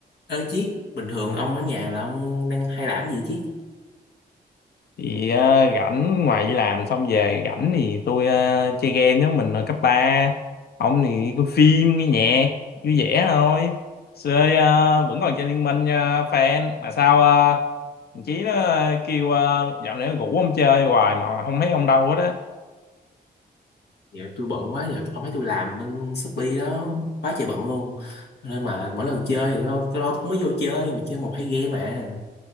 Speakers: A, on the left; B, on the left.
A: Ê Chiết, bình thường ông ở nhà là ông đang hay làm gì Chiết?
B: thì ờ, rảnh ngoài đi làm xong về rảnh thì tôi ờ, chơi game giống mình hồi cấp ba ông thì coi phim nghe nhạc vui vẻ thôi Xưa ờ, vẫn còn chơi Liên Minh ờ, fan mà sao ờ, thằng Chí nó ờ, kêu ờ, dạo này nó rủ ông chơi hoài mà không thấy ông đâu hết á
A: Dạ tôi bận quá, giờ tôi- ông thấy tôi làm bên Shopee đó, quá trời bận luôn. Nên mà mỗi lần chơi thì lo, tôi lo cũng mới vô chơi, mà chơi một hai game mà.